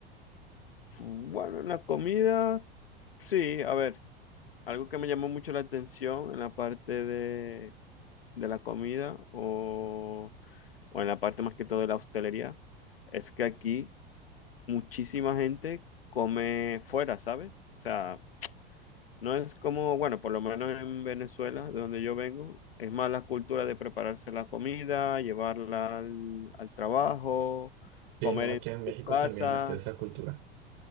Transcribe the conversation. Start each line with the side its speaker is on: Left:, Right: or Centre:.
Left: fu- bueno, en la comida, sí, a ver, algo que me llamó mucho la atención en la parte de, de la comida o, o en la parte más que todo de la hostelería, es que aquí muchísima gente come fuera, ¿sabes? O sea, No es como, bueno, por lo menos en Venezuela, de donde yo vengo, es más la cultura de prepararse la comida, llevarla al, al trabajo,
Right: Sí,
Left: comer
Right: no,
Left: en
Right: aquí en México
Left: tu casa.
Right: también está esa cultura.